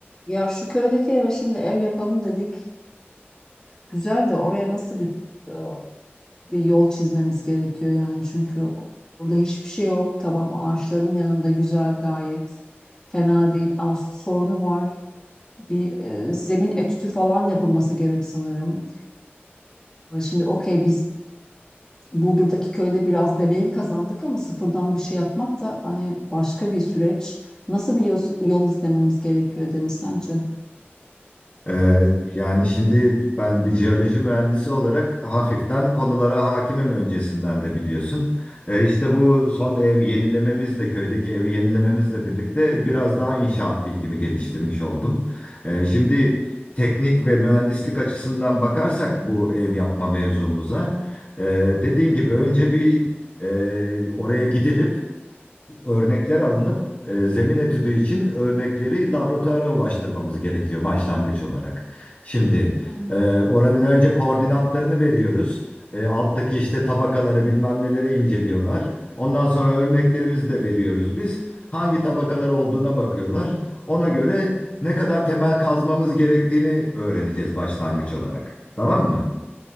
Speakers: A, on the left; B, on the left.
A: Ya şu köydeki eve şimdi ev yapalım dedik. Güzel de oraya nasıl bir e, bir yol çizmemiz gerekiyor yani çünkü orada hiçbir şey yok. Tamam ağaçların yanında güzel gayet fena değil ama su sorunu var. Bir e, zemin etüdü falan yapılması gerek sanırım. E, şimdi okey biz Burdur'daki köyde biraz deneyim kazandık ama sıfırdan bir şey yapmak da hani başka bir süreç. Nasıl bir yol, yol izlememiz gerekiyor Deniz sence?
B: Ee, yani şimdi ben bir jeoloji mühendisi olarak hafiften konulara hakimim öncesinden de biliyorsun. Ee, işte bu son ev yenilememizle, köydeki evi yenilememizle birlikte biraz daha inşaat bilgimi geliştirmiş oldum. Ee, şimdi teknik ve mühendislik açısından bakarsak bu ev yapma mevzumuza, e, dediğin gibi önce bir e, oraya gidilip örnekler alınıp e, zemin etüdü için örnekleri laboratuvara ulaştırmamız gerekiyor başlangıç olarak. Şimdi
A: Hmm.
B: e, oranın önce koordinatlarını veriyoruz. E, alttaki işte tabakaları bilmem nelere inceliyorlar. Ondan sonra örneklerimizi de veriyoruz biz. Hangi tabakalar olduğuna bakıyorlar. Ona göre ne kadar temel kazmamız gerektiğini öğreneceğiz başlangıç olarak. Tamam mı?